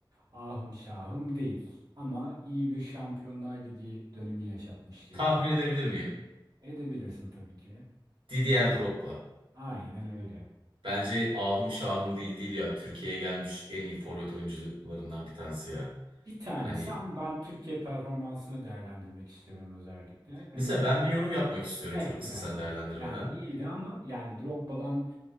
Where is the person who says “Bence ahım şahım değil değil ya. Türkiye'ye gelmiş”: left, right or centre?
Right